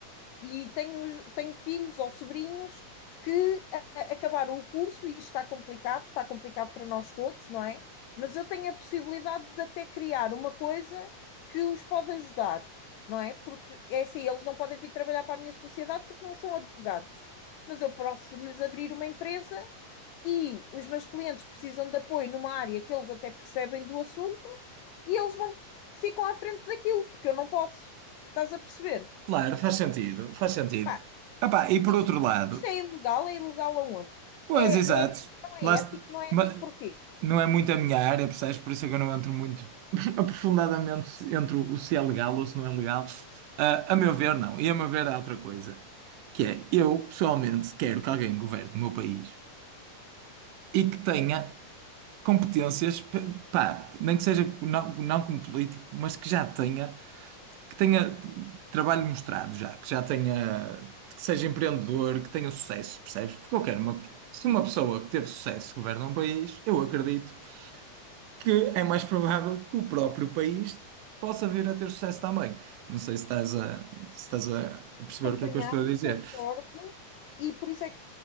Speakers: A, on the left; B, on the right.
A: e tenho, tenho filhos ou sobrinhos que a- a- acabaram o curso e isto está complicado, está complicado para nós todos, não é? Mas eu tenho a possibilidade de até criar uma coisa que os pode ajudar, não é? Porque é assim, eles não podem vir trabalhar para a minha sociedade porque não são advogados. Mas eu posso lhes abrir uma empresa e os meus clientes precisam de apoio numa área que eles até percebem do assunto e eles vão, ficam à frente daquilo, porque eu não posso. Estás a perceber?
B: Claro, faz sentido, faz sentido.
A: Pá,
B: Epá, e por
A: isto,
B: outro lado,
A: isto é ilegal, é ilegal aonde?
B: pois
A: É,
B: exato,
A: é, não é
B: lá,
A: ético,
B: se-
A: não é
B: ma-
A: ético porquê?
B: não é muito a minha área, percebes? Por isso é que eu não entro muito <laughs> aprofundadamente se- entre o se é legal ou se não é legal. Ah, a meu ver, não. E a meu ver, há outra coisa, que é eu, pessoalmente, quero que alguém governe o meu país. e que tenha competências, p- pá, nem que seja não, não como político, mas que já tenha, que tenha trabalho mostrado já, que já tenha, que seja empreendedor, que tenha sucesso, percebes? Porque eu quero uma, se uma pessoa que teve sucesso governa um país, eu acredito que é mais provável que o próprio país possa vir a ter sucesso também. Não sei se estás a, se estás a a perceber
A: Acompanhar,
B: o que é que eu estou a dizer.
A: concordo, e por isso é que